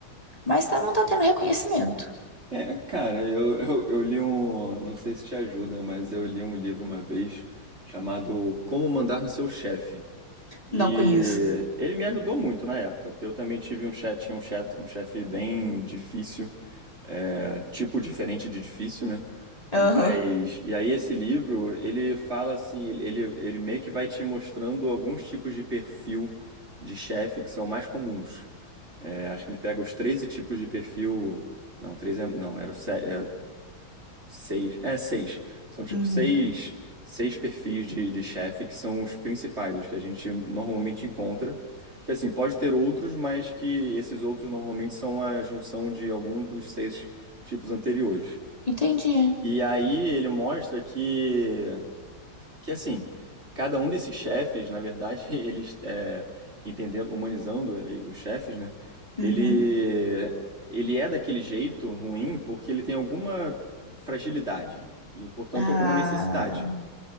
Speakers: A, on the left; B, on the right.
A: Mas tá, não tá tendo reconhecimento.
B: É, cara, eu, eu, eu li um. Não sei se te ajuda, mas eu li um livro uma vez chamado Como Mandar no Seu Chefe. E
A: Não conheço.
B: ele me ajudou muito na época, porque eu também tive um chat, tinha um chat, um chefe bem difícil, é, tipo diferente de difícil, né? Mas,
A: Aham.
B: e aí esse livro, ele fala assim, ele, ele, ele meio que vai te mostrando alguns tipos de perfil de chefe que são mais comuns. É, acho que ele pega os 13 tipos de perfil. Não, 13 é, não, era o 7, Seis. É, seis. São tipo
A: Uhum.
B: seis, seis perfis de, de chefe que são os principais, os que a gente normalmente encontra. Que assim, pode ter outros, mas que esses outros normalmente são a junção de algum dos seis tipos anteriores.
A: Entendi.
B: E aí ele mostra que que assim, cada um desses chefes, na verdade, <laughs> eles é, entendendo, humanizando eh, os chefes, né?
A: Uhum.
B: Ele ele é daquele jeito ruim porque ele tem alguma fragilidade e, portanto,
A: Ah.
B: alguma necessidade.